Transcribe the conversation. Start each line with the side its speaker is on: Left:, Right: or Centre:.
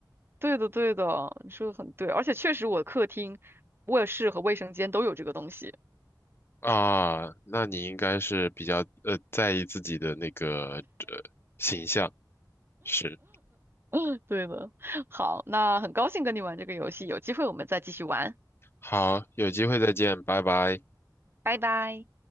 Right: 对的，对的，你说的很对，而且确实，我客厅、卧室和卫生间都有这个东西。
Left: 啊，那你应该是比较呃在意自己的那个呃形象，是。
Right: <laughs> 对的，<laughs> 好，那很高兴跟你玩这个游戏，有机会我们再继续玩，
Left: 好，有机会再见，拜拜。
Right: 拜拜。